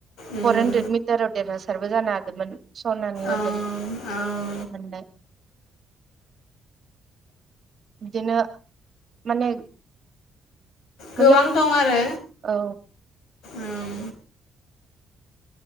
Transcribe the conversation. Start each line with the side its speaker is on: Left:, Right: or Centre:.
Left: उम
Right: फर हान्ड्रेड मिटाराव देरहास सारबो जानो हादोमोन। सनानि मेदेल
Left: ओं ओं
Right: मोननाय बिदिनो माने
Left: गोबां
Right: मतलब
Left: दं आरो
Right: औ
Left: ओं